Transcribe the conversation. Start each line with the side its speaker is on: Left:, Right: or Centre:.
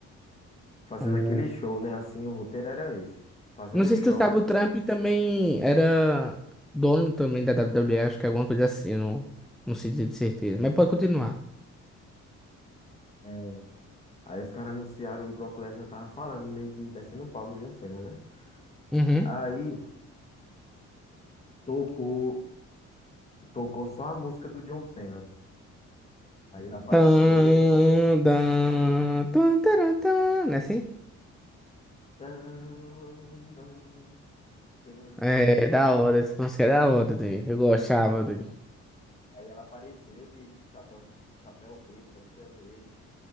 Left: fazendo
Centre: O...
Left: aquele show, né? Assim, o roteiro era esse, fazendo
Centre: Não sei
Left: o show.
Centre: se tu sabe, o Trump também era dono também da WWE, acho que é alguma coisa assim, não, não sei dizer de certeza. Mas pode continuar.
Left: É, Aí os caras anunciaram e Brock Lesnar tava falando, meio que descendo um pau no John Cena, né?
Centre: Uhum.
Left: Aí tocou, tocou só a música do John Cena. Aí ele apareceu.
Centre: Tan, dan, tan, taran, tan, Não é assim?
Left: Tan, tan, tan.
Centre: É, é da hora, essa música é da hora, Dani. Eu gostava, Dani.
Left: Aí ela apareceu de, de chapéu, chapéu verde, camisa verde.